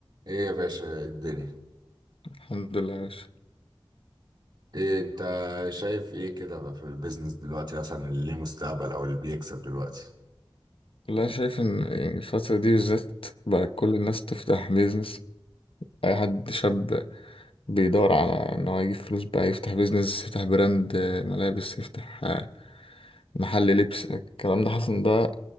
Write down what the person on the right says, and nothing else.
ايه يا باشا إيه الدنيا
ايه انت شايف ايه كده بقى في البيزنس دلوقتي مثلا اللي ليه مستقبل او اللي بيكسب دلوقتي